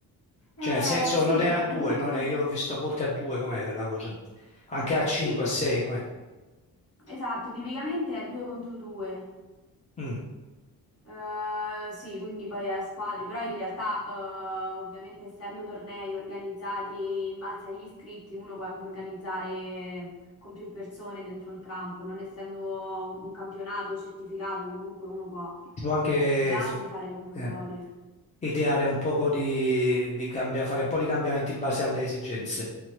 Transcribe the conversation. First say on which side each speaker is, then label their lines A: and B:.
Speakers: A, on the left; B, on the left.
A: Eh,
B: Cioè nel senso
A: sì,
B: non è
A: è
B: a due,
A: comunque...
B: non è- io l'ho visto a volte a due, com'è la cosa? Anche a cinque,
A: Sì,
B: a sei, com'è?
A: esatto, tipicamente è due contro due.
B: Mm.
A: Eh, sì, quindi poi a squadre, però in realtà eh, ovviamente essendo tornei organizzati in base agli iscritti, uno può anche organizzare con più persone dentro il campo, non essendo un campionato certificato, comunque uno può
B: Si può anche...
A: di base
B: si-
A: fare come vuole.
B: eh. ideare un poco di, di cambia- fare un po' di cambiamenti in base alle esigenze.